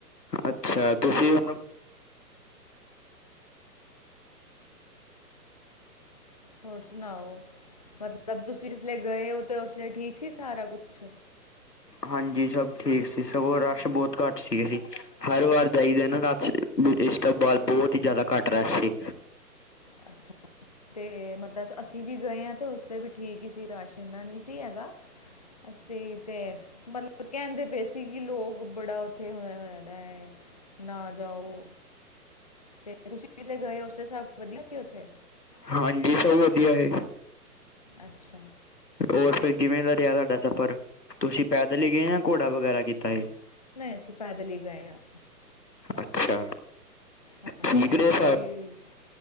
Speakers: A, on the left; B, on the left.
A: ਅੱਛਾ ਤੁਸੀਂ ਉਹਨ
B: ਹੋਰ ਸੁਣਾਓ ਮਤਲਬ ਤੁਸੀਂ ਜਿਥੇ ਗਏ ਹੋ ਤੇ ਉਸ ਠੀਕ ਸੀ ਸਾਰਾ ਕੁਛ
A: ਹਾਂਜੀ ਸਭ ਠੀਕ ਸੀ ਸਗੋਂ ਰਸ਼ ਬਹੁਤ ਘੱਟ ਸੀਗੇ ਸੀ ਹਰ ਵਾਰ ਜਾਈਦਾ ਨਾ ਪਰ ਇਸ ਵਾਰ ਰਸ ਬਹੁਤ ਘੱਟ ਸੀ।
B: ਅੱਛਾ ਤੇ ਮਤਲਬ ਅਸੀਂ ਵੀ ਗਏ ਹਾਂ ਤੇ ਉਸ ਤੇ ਵੀ ਠੀਕ ਹੀ ਸੀ ਰਸ਼ ਇੰਨਾ ਨਹੀਂ ਸੀ ਹੈਗਾ ਅਸੀਂ ਤੇ ਮਤਲਬ ਕਹਿੰਦੇ ਪਏ ਸੀ ਕਿ ਲੋਕ ਬੜਾ ਇੱਥੇ ਹੋਇਆ, ਹੋਇਆ ਦਾ ਹੈ ਨਾ ਜਾਓ। ਤੇ ਤੁਸੀਂ ਜਿਸਲੇ ਗਏ ਉਥੇ ਸਬ ਵਧੀਆ ਸੀ ਉੱਥੇ
A: ਹਾਂਜੀ ਸਭ ਵਧੀਆ ਹੈ।
B: ਅੱਛਾ।
A: ਹੋਰ ਫਿਰ ਕਿਵੇਂ ਦਾ ਰਿਹਾ ਸਾਡਾ ਸਫ਼ਰ ਤੁਸੀਂ ਪੈਦਲ ਹੀ ਗਏ ਜਾਂ ਘੋੜਾ ਵਗੈਰਾ ਕੀਤਾ ਏ
B: ਨਾ ਐਸੀੇ ਪੈਦਲ ਹੀ ਗਏ ਹਾਂ।
A: ਅੱਛਾ।
B: ਹਾਂਜੀ
A: ਠੀਕ
B: ਪੈਦਲ
A: ਰਹੇ ਸਭ
B: ਹੀ